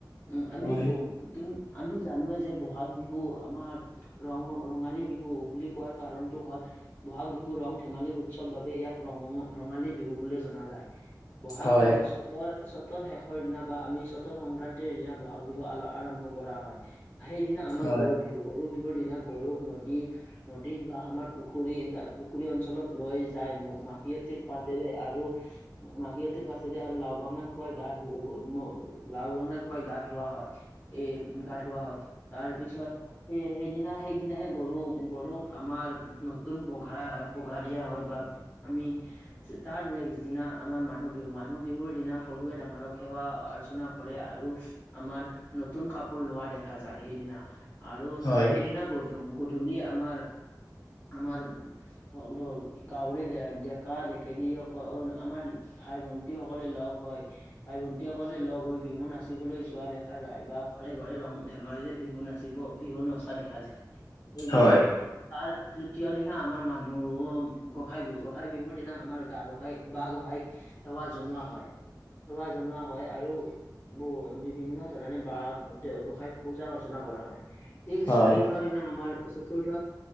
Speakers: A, on the left; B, on the left.
A: উম, আমি
B: হয়
A: ব <unintelligible> আমি জানোৱে যে ব বহাগ বিহু আমাৰ ৰঙ ৰঙালী বিহু বুলি কোৱাৰ কাৰণতটো হ'ল বহাগ বিহুৰ ধেমালিৰ উৎসৱ বাবে ইয়াক ৰঙ ৰঙালী বিহু বুলি জনা যায়। ব'হাগ
B: হয়
A: বিহু চ'তৰ চ'ত চ'তৰ শেষৰ দিনা বা আমি চ'তৰ সংক্ৰান্তিৰ দিনা ব'হাগ বিহু আৰম্ভ কৰা হয়। সেইদিনা আমাৰ
B: হয়
A: গৰু বিহু, গৰু বিহুৰ দিনা গৰুক নদী, নদীত বা আমাৰ পুখুৰী <unintelligible> পুখুৰী অঞ্চলত লৈ যায় মাখিয়তীৰ পাতেৰে আৰ আৰু মাখিয়তিৰ পাতেৰে আৰু লাও বাংনা খুৱাই গা ধু <unintelligible> লাও বাংনা খুৱাই গা ধু ধুওৱা হয়, এ, গা ধুওৱা হয়, তাৰ পিছত সেই, সেইদিনা, সেইদিনাই গৰু গৰুক আমাৰ নতুন পঘা-পঘা দিয়া হয় বা আমি, তাৰ নেক্স দিনা আমাৰ মানুহ বিহু, মানুহ বিহুৰ দিনা সৰুৱে ডাঙৰক সেৱা অ আৰ্চনা কৰে আৰু আমাৰ নতুন কাপোৰ লোৱা দেখা যায় সেইদিনা। আৰু
B: হয়
A: তাৰ সেইদিনা গধূলি গধূলি আমাৰ আমাৰ হ'ল হ'ল গাঁৱৰে ডেকা ডেকেৰী অকল আমাৰ ভাই ভন্টি সকলে লগ হ'ল হয় ভাই ভণ্টিসকলে লগ হৈ বিহু নাচিবলৈ যোৱা দেখা যায় বা ঘৰে ঘৰে ৰং ধেমালিৰে বিহু নাচিব বিহু নচা দেখা যায় সেইবোৰ
B: হয়
A: তাৰ তৃতীয় দিনা আমাৰ মানুহ গোঁসাঁই বিহু, গোঁসাই বিহুৰ দিনা আমাৰ গাঁ গোসাঁইক বাঁ গোসাঁইক সেৱা জনোৱা হয়। সেৱা জনোৱা হয়, আৰু বহু বিভিন্ন ধৰণে বাঁহ গোসাই পূজা অৰ্চনা কৰা হয়, শেষ
B: হয়
A: চতুৰ্থ দিনা আমাৰ। চতুৰ্থ